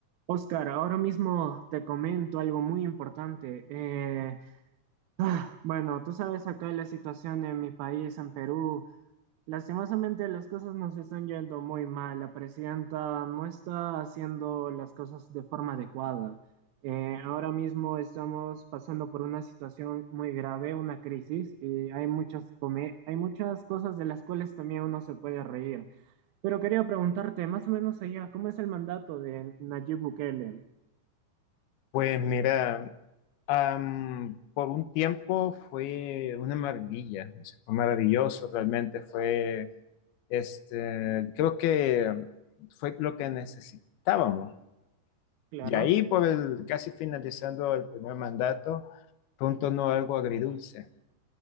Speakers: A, on the right; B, on the left.
A: Oscar, ahora mismo te comento algo muy importante. Eh, ah, bueno, tú sabes acá la situación en mi país, en Perú. Lastimosamente las cosas nos están yendo muy mal. La presidenta no está haciendo las cosas de forma adecuada. Eh, ahora mismo estamos pasando por una situación muy grave, una crisis, y hay muchas, come- hay muchas cosas de las cuales también uno se puede reír. Pero quería preguntarte, más o menos allá, ¿cómo es el mandato de Nayib Bukele?
B: Pues mira, am, por un tiempo fue una maravilla, o sea, fue maravilloso, realmente fue, este, creo que fue lo que necesitábamos.
A: Claro,
B: Y ahí, por el, casi finalizando el primer mandato, fue un tono algo agridulce,